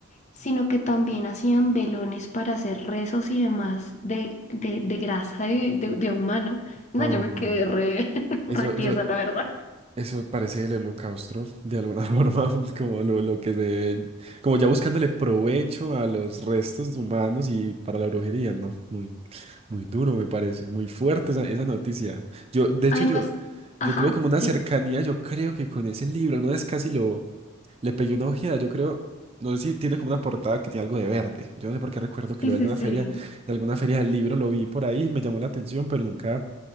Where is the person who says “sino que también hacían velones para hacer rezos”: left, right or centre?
Left